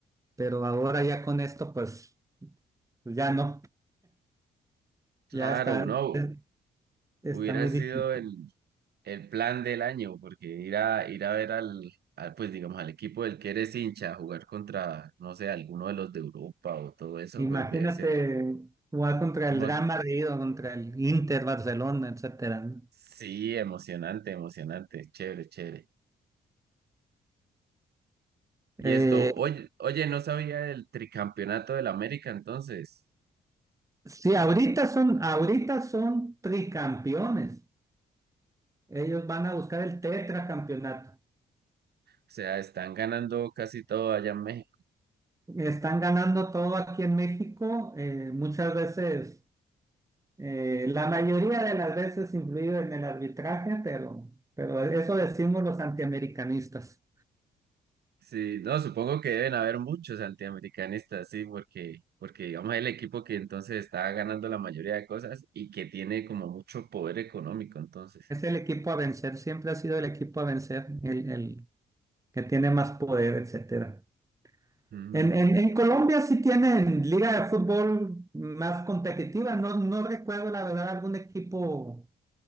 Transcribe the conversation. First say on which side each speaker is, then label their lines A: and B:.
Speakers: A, on the right; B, on the right.
A: pero ahora ya con esto, pues pues ya no,
B: Claro,
A: ya está,
B: no,
A: es- está
B: hubiera
A: muy
B: sido
A: difícil.
B: el, el plan del año, porque ir a, ir a ver al, al, pues digamos, al equipo del que eres hincha, jugar contra, no sé, alguno de los de Europa o todo eso,
A: Imagínate
B: pues debe ser,
A: jugar contra
B: emo-
A: el Real Madrid o contra el Inter, Barcelona, etcétera. ¿no?
B: sí, emocionante, emocionante, chévere, chévere. Y
A: Eh,
B: esto, oye, oye, no sabía del tricampeonato del América entonces.
A: sí, ahorita son, ahorita son tricampeones. Ellos van a buscar el tetracampeonato.
B: O sea, están ganando casi todo allá en México.
A: Están ganando todo aquí en México, eh, muchas veces, eh, la mayoría de las veces influido en el arbitraje, pero, pero eso decimos los antiamericanistas.
B: Sí, no, supongo que deben haber muchos antiamericanistas, sí, porque, porque digamos el equipo que entonces está ganando la mayoría de cosas y que tiene como mucho poder económico, entonces.
A: Es el equipo a vencer, siempre ha sido el equipo a vencer, el, el que tiene más poder, etcétera.
B: Ujú.
A: En, en, en Colombia sí tienen liga de fútbol más competitiva, no, no recuerdo la verdad algún equipo